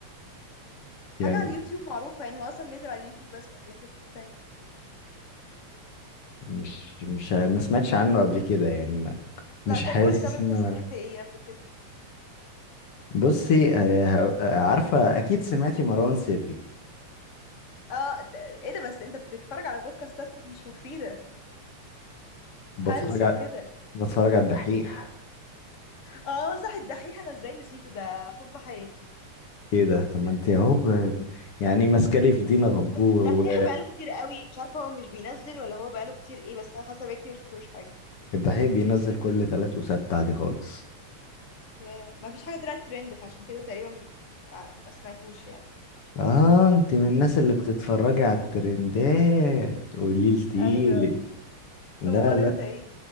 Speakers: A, on the left; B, on the left.
A: حاجة
B: يعني
A: على اليوتيوب معروفة يعني هو اصلا بينزل على اليوتيوب بس مش بينزل في حتة تانية
B: مش مش ع- ما سمعتش عنه قبل كده يعني ما مش
A: لا طب
B: حاسس
A: قولي طب انت
B: ان انا
A: سمعت ايه قبل كده
B: بصي آه، ه- آه، عارفة أكيد سمعتي مروان سري
A: اه ده ايه ده بس انت بتتفرج على بودكاستات مش مفيدة
B: بتفرج
A: هلس
B: على
A: وكده
B: بتفرج على الدحيح
A: اه صح الدحيح انا ازاي نسيته ده حب حياتي
B: إيه ده طب ما أنت أهو ب... يعني ماسكة لي في دينا غبور
A: بس الدحيح بقاله كتير قوي مش عارفة هو مش بينزل ولا هو بقاله كتير ايه بس انا حاسة بقالي كتير ما شفتلوش حاجة
B: والدحيح بينزل كل تلات وسبت عادي خالص
A: ياه ما فيش حاجة طلعت ترند فعشان كده تقريبا ما, ما سمعتوش يعني
B: آه أنت من الناس اللي بتتفرجي على الترندات قولي لتيلي
A: ايوه
B: لا
A: امال
B: لا
A: انت ايه